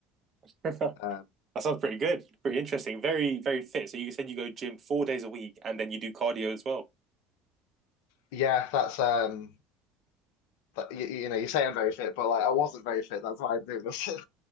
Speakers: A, on the right; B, on the left.
A: <laughs>
B: Um,
A: That sounds pretty good. Pretty interesting. Very, very fit. So you said you go gym four days a week and then you do cardio as well.
B: yeah, that's um, but you, you know, you say I'm very fit, but like I wasn't very fit. That's why I'm doing this. <laughs>